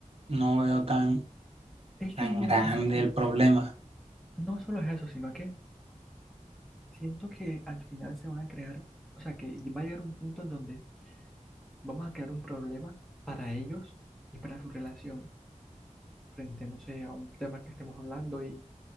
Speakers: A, on the right (about 50°); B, in the centre.
A: No veo tan,
B: es que
A: tan
B: no,
A: grande
B: no, o sea,
A: el problema.
B: no solo es eso, sino que siento que al final se van a crear, o sea, que va a llegar un punto en donde Vamos a crear un problema para ellos y para su relación frente, no sé, a un tema que estemos hablando y